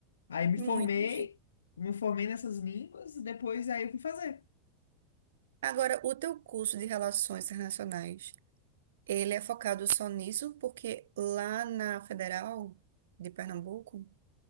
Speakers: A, on the left; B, on the right.
A: Aí me
B: muito.
A: formei,
B: chique.
A: me formei nessas línguas, depois aí eu fui fazer.
B: Agora, o teu curso de relações internacionais, Ele é focado só nisso porque lá na Federal de Pernambuco,